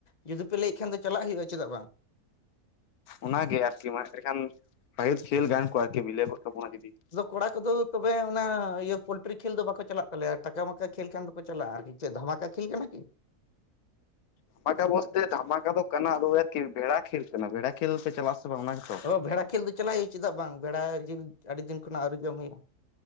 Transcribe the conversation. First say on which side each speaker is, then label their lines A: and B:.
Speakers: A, on the left; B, on the left.
A: ᱡᱩᱫᱤ ᱯᱮ ᱞᱟᱹᱭ ᱠᱷᱟᱱ ᱫᱚ ᱪᱟᱞᱟᱜ ᱦᱳᱭᱳᱜ-ᱟ ᱪᱮᱫᱟᱜ ᱵᱟᱝ ᱾
B: ᱚᱱᱟᱜᱮ ᱟᱨᱠᱤ ᱢᱟ ᱮᱰᱮᱠᱷᱟᱱ ᱥᱟᱭᱤᱰ ᱠᱷᱹᱮᱞ ᱜᱟᱱ ᱠᱚᱜ- ᱟ ᱟᱨᱠᱤ ᱢᱤᱞᱟᱹᱣ ᱠᱚᱜ ᱛᱟᱵᱚᱱᱟ ᱡᱩᱫᱤ ᱾
A: ᱟᱫᱚ ᱠᱚᱲᱟ ᱠᱚ ᱫᱚ ᱛᱚᱵᱮ ᱚᱱᱟ ᱤᱭᱟᱹ ᱯᱳᱞᱴᱨᱤ ᱠᱷᱮᱞ ᱫᱚ ᱵᱟᱠᱚ ᱪᱟᱞᱟᱜ ᱛᱟᱞᱮᱭᱟ ᱴᱟᱠᱟ ᱢᱟᱠᱟ ᱠᱷᱮᱞ ᱠᱷᱟᱱ ᱫᱚ ᱠᱚ ᱪᱟᱞᱟᱜ-ᱟ ᱾ ᱪᱮᱫ ᱫᱷᱟᱢᱟᱠᱟ ᱠᱷᱮᱞ ᱠᱟᱱᱟ ᱠᱤ?
B: ᱫᱷᱟᱢᱟᱠᱟ ᱵᱚᱥᱛᱮ ᱫᱷᱟᱢᱟᱠᱟ ᱫᱚ ᱠᱟᱱᱟ ᱟᱫᱚ ᱟᱨᱠᱤ ᱵᱷᱮᱲᱟ ᱠᱷᱮᱞ ᱠᱟᱱᱟ ᱵᱷᱮᱲᱟ ᱠᱷᱮᱞ ᱯᱮ ᱪᱟᱞᱟᱜ-ᱟ ᱥᱮ ᱵᱟᱝ ᱚᱱᱟ ᱜᱮ ᱛᱚ,
A: ᱵᱷᱮᱲᱟ ᱠᱷᱮᱞ ᱫᱚ ᱪᱟᱞᱟᱜ ᱦᱳᱭᱳᱜ-ᱟ ᱪᱮᱫᱟᱜ ᱵᱟᱝ ᱵᱷᱮᱲᱟ ᱡᱤᱞ ᱟᱹᱰᱤ ᱫᱤᱱ ᱠᱷᱚᱱᱟᱜ ᱟᱩᱨᱤ ᱡᱚᱢ ᱦᱳᱭᱳᱜ-ᱟ ᱾